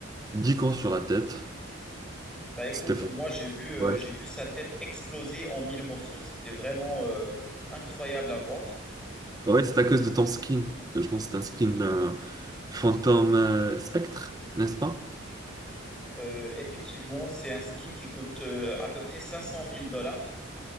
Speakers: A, on the right; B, in the centre.
A: 10 cons sur la tête.
B: Bah, écoute,
A: C'était fou.
B: moi, j'ai vu, euh,
A: Ouais,
B: j'ai vu sa tête exploser en mille morceaux. C'était vraiment euh, incroyable à voir.
A: ouais c'est à cause de ton skin. Je pense que c'est un skin euh, fantôme euh, spectre, n'est-ce pas?
B: Euh, effectivement, c'est un skin qui coûte euh, à peu près cinq cent mille dollars.